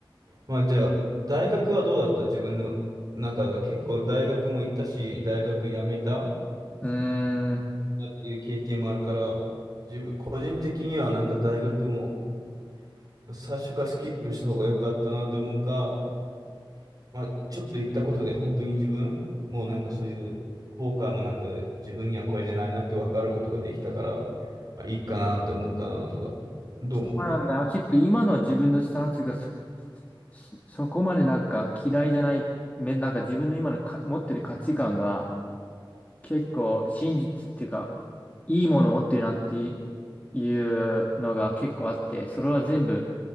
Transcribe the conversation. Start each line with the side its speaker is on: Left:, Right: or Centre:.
Right: まあじゃあ大学はどうだった自分の中では結構大学も行ったし、大学辞めたっ
Left: うーん。
Right: ていう経験もあるから、自分、個人的にはなんか大学も最初からスキップした方が良かったなって思うか、まあ、ちょっと言ったことで本当に自分、もうなんかそういう後悔もなく、自分にはこれじゃないなって分かることができたから、まあ、いいかなって思うかなとか、どう思
Left: そうなんだ結構今の自分のスタンスがそ、そそこまでなんか嫌いじゃない、め、なんか自分の今のか持ってる価値観が結構真実っていうか、いいもの持ってるなっていうのが結構あって、それは全部